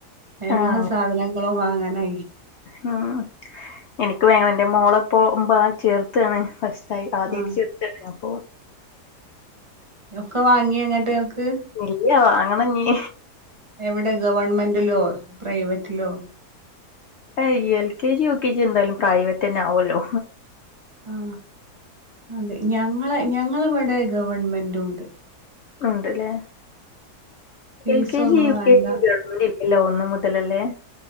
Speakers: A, on the right; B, on the left.
A: എല്ലാ
B: ആഹ്
A: സാധനങ്ങളും വാങ്ങാനായി
B: മ് എനിക്ക് വേ എന്റെ മോളെ പോവുമ്പോ ചേർത്തണ് ഫസ്റ്റ് <unintelligible> ആദ്യമായിട്ട്
A: ആഹ്
B: <unintelligible> അപ്പൊ <inaudible>
A: ഒക്കെ വാങ്ങി എങ്ങട്ട് ത്
B: ഇല്ല വാങ്ങണഞ്ഞി
A: എവിടെ ഗവൺമെന്റിലോ പ്രൈവറ്റിലോ
B: ഏയ് ൽകെജി യുകെജി എന്തായാലും പ്രൈവറ്റ് തന്നെ ആവൊല്ലോ
A: ആ അതെ ഞങ്ങളെ ഞ ഞങ്ങളവിടെ ഗവൺമെന്റുണ്ട്
B: ആ ഒണ്ട്‌ലെ
A: ഫീസൊന്നും
B: എൽ കെ ജി യു
A: വേണ്ട
B: കെ ജി ക്കാണെങ്കിൽ ഇല്ല ഒന്നു മുതലല്ലേ